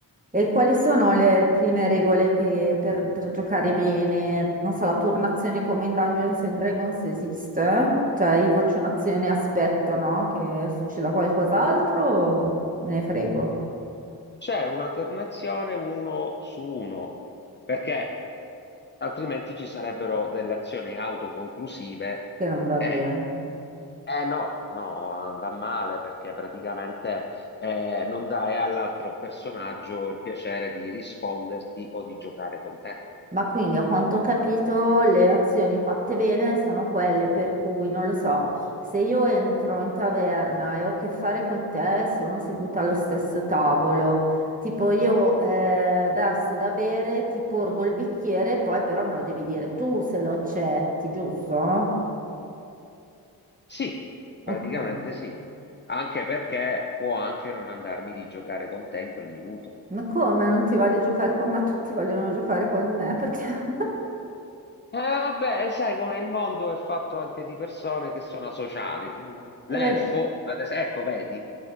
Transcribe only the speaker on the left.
C'è un'alternazione uno su uno, perché altrimenti ci sarebbero delle azioni autoconclusive
e
eh no, no, va male perché praticamente eh, non dai all'altro personaggio il piacere di risponderti o di giocare con te.
Sì, praticamente
sì, anche perché può anche non andarmi di giocare con te in quel minuto.
Eh, vabbè, sai come il mondo è fatto anche di persone che sono asociali. Eh,
L'elfo,
adesso, ecco, vedi,